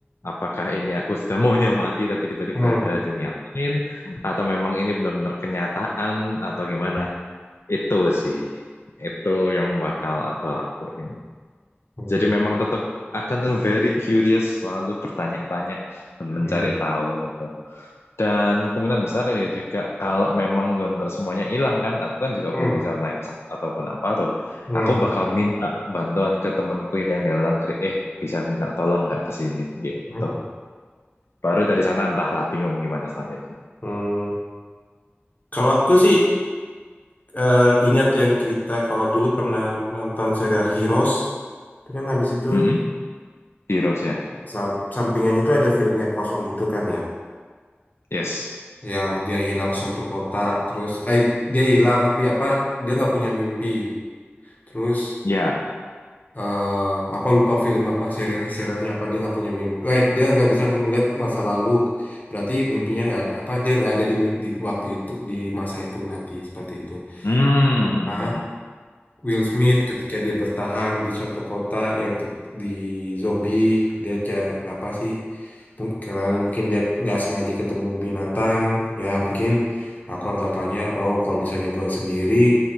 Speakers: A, on the left; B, on the left.
A: apakah ini aku sudah maunya mati tapi tiba-tiba
B: hmm,
A: ada dunia lain atau memang ini benar-benar kenyataan atau gimana itu sih itu yang bakal aku lakuin
B: hmm,
A: jadi memang tetap akan very curious selalu bertanya-tanya dan mencari
B: iya,
A: tahu gitu dan kemungkinan besar ya juga kalau memang benar-benar semuanya hilang kan, aku kan juga
B: hmm,
A: belum bisa naik pesawat ataupun apa tuh.
B: hmm,
A: Aku bakal minta bantuan ke temenku yang di luar negeri, eh bisa minta tolong nggak ke sini gitu.
B: hmm.
A: Baru dari sana entahlah bingung gimana selanjutnya.
B: Hmm, Kalau aku sih eh, ingat yang cerita kalau dulu pernah nonton serial Heroes, itu kan habis itu
A: Mm-mm. Heroes ya.
B: sam- sampingannya itu ada filmnya kosong gitu kan ya,
A: Yes.
B: yang dia hilang suatu kota, terus eh dia hilang, tapi apa dia nggak punya mimpi, terus
A: Ya.
B: eh apa lupa film apa serial serialnya apa dia nggak punya mimpi, eh, dia nggak bisa ngeliat masa lalu, berarti mimpinya nggak ada- apa dia nggak ada di, mi- di waktu itu di masa itu nanti seperti itu,
A: Hmm. hmm,
B: sama.
A: hmm, hmm.
B: Will Smith ketika dia bertahan di suatu kota yang ter- di zombie dia cari apa sih mungkin karena mungkin dia nggak sengaja ketemu binatang ya mungkin aku anggapannya oh kalau misalnya gue sendiri